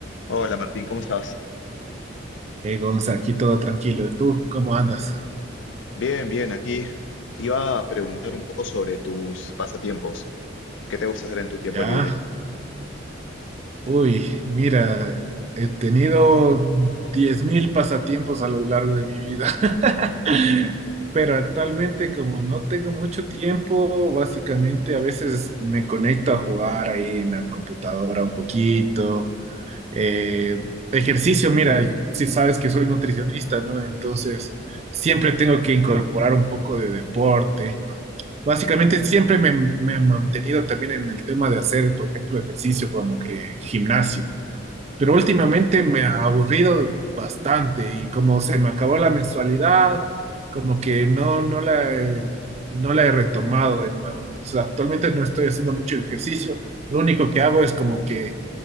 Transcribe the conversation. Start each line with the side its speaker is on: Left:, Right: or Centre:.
Left: Hola Martín, ¿cómo estás?
Right: Eh, Gonza, aquí todo tranquilo. ¿Y tú cómo andas?
Left: Bien, bien, aquí te iba a preguntar un poco sobre tus pasatiempos. ¿Qué te gusta hacer en tu tiempo
Right: Ya.
Left: libre?
Right: Uy, mira, he tenido 10.000 pasatiempos a lo largo de mi vida, <laughs> pero actualmente como no tengo mucho tiempo, básicamente a veces me conecto a jugar ahí en la computadora un poquito. Eh, ejercicio, mira, si sabes que soy nutricionista, ¿no? Entonces siempre tengo que incorporar un poco de deporte. Básicamente siempre me, me he mantenido también en el tema de hacer, por ejemplo, ejercicio como que gimnasio, pero últimamente me ha aburrido bastante y como se me acabó la mensualidad, como que no, no la he, no la he retomado de nuevo. Entonces actualmente no estoy haciendo mucho ejercicio, lo único que hago es como que